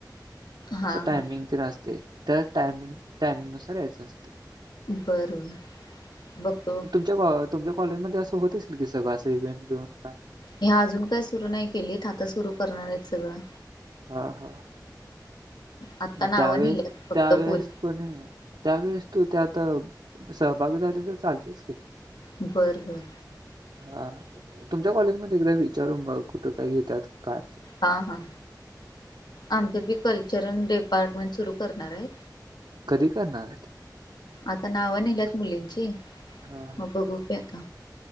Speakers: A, on the left; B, on the right.
A: हा
B: असं टायमिंग
A: हा
B: तेन असते त्या टायमिंग टायमिंग नुसार यायचं असतं.
A: बर बर बघतो. बघतो.
B: तुमच्या कॉ तुमच्या कॉलेजमध्ये असंत असल की सगंळ असं इव्हेंट बिवं काय.
A: ह्या अजून काय सुरू नाही केलीत आता सुरू करणार आहेत सगळं.
B: हा हा,
A: आता
B: मग
A: नाव
B: त्यावेेळेस
A: निघाल्यात फक्त
B: त्यावेेळेस
A: बोल.
B: कोणी त्यावेेळेस तू त्यात आता सहभाग झाले तर चालतेस की.
A: बरं बरं.
B: हा तुमच्या कॉलेजमध्ये एकदा विचारून बघ कुठं काय घेतात काय अस.
A: हा हा, आमच कल्चरल डिपार्टमेंट सुरू करणार आहेत.
B: कधी करणार आहेत.
A: आता नावं निहिल्यात मुलींची.
B: हा
A: मग बघू की आता